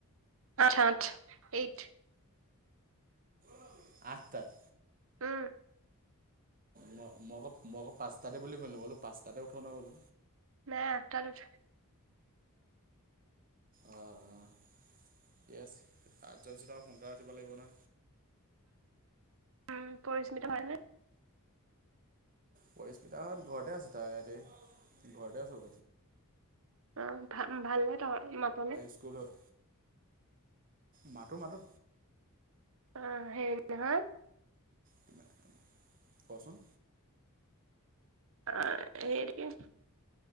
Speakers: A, on the right (about 65°); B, on the right (about 40°).
A: আঠ আঠ এইট।
B: ঐ আঠতাত।
A: উম
B: ম মই ক আকৌ মই আকৌ পাঁচটাতে বুলি শুনিলো বোলো পাঁচটাতে উঠ না বোলো
A: নাই আঠটাত উঠো।
B: অহ অহ ঠিকে আছে তাত যোৱা পিছত আও সোনকাল উঠিব লাগিব না।
A: উম পৰিস্মিতা হয়নে।
B: পৰিস্মিতাহত ঘৰতে আছে তাই হেতি ঘৰতে আছো।
A: অহ ভা- ভাল নে তহ মাতনে।
B: স্কুলত। মাতো মাতো।
A: অহ হেৰি নহয়।
B: কোনে কচোন।
A: তাই সেই কিন্তু